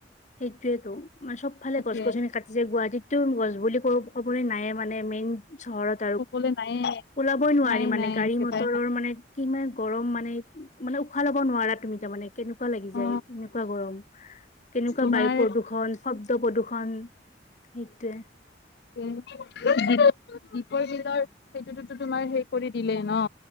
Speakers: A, on the left; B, on the left.
A: সেইটোযৱেতো, মানে চব ফালে
B: তাকে
A: গছ গছনি কাত যে গুৱাহাটীততো গছ বুলি কব, ক'বলৈ নায়ে মানে মেইন চহৰত।
B: কবলৈ নায়ে
A: বই নোৱাৰি
B: নাই
A: মানে,
B: নাই
A: গাড়ী
B: একেবাৰে
A: মটৰৰ
B: নাই
A: মানে কিমান গৰম মানে মানে উশাহ ল'ব নোৱাৰা তুমি তাৰমানে, কেনেকুৱা লাগি
B: অ
A: যায়, এনেকুৱা গৰম! কেনেকুৱা
B: তোমাৰ
A: বায়ু প্ৰদূৰ্ষন, শব্দ প্ৰদূৰ্ষন, সেইটোৱে।
B: দীপৰ বিলৰ সেইটোতো তোমাৰ হেই কৰি দিলেই ন,